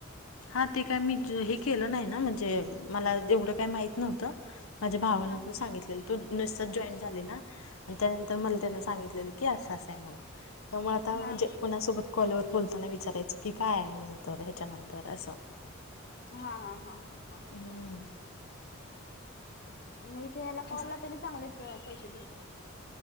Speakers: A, on the left; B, on the left.
A: हां ते कायं मी हे केलं नाहीं नां म्हणजे मलां जेवढं कांहीं माहित नव्हतं माझ्यां भावालां
B: हा हा
A: पणं सांगितलेलं
B: हा
A: तो नुस्यातांस जॉईन झालेला आणि त्यांनंतर मलां त्यानं सांगितलेलं की असं असं आहे म्हणूंन त्यांमुळे आंता
B: हा
A: म्हणजे कोणांसोबतं कॉलवरं बोलंतानां विचारायचं की कायं नंतर ह्यांच्यानंतर असं
B: हां हां हां
A: हम्म
B: मंग यां कॉललां
A: तेच
B: तरी चांगले पैसे भेटले